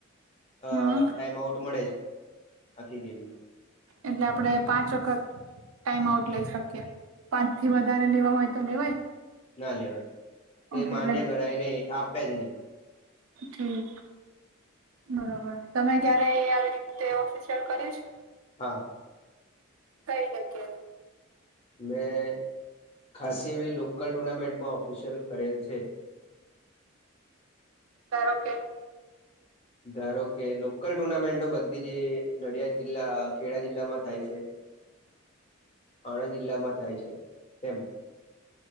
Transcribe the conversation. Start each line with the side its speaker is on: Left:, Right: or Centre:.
Left: અ
Right: હા
Left: ટાઈમ આઉટ મળે જ આખી ગેમની...
Right: એટલે આપડે પાંચ વખત... ટાઈમ આઉટ લઈ શકીએ પાંચ થી વધારે લેવા હોય તો લેવાય...
Left: ના લેવાય તો
Right: ઓકે
Left: માન્ય ગણાય નહી આપે જ નહી.
Right: હમ... બરોબર તમે ક્યારે આવી રીતે ઓફિસિયલ કર્યું છે?
Left: હા.
Right: કઈ જકે.
Left: મેં ખાસ એવી લોકલ ટુર્નામેન્ટમાં ઓફિશિયલ કરેલ છે.
Right: સરાર ઓકે.
Left: ધારો કે લોકલ ટુર્નામેન્ટો બધી જ નડિયાદ જિલ્લા ખેડા જિલ્લામાં થાય છે.
Right: હમ.
Left: આણંદ જિલ્લામાં થાય છે તેમાં